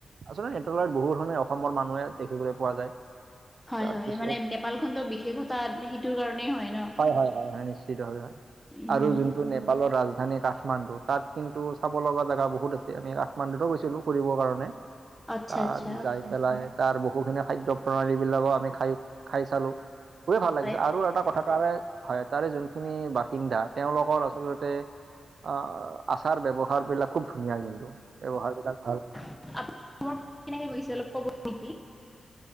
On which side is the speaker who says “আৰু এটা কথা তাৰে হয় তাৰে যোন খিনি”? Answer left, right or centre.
Right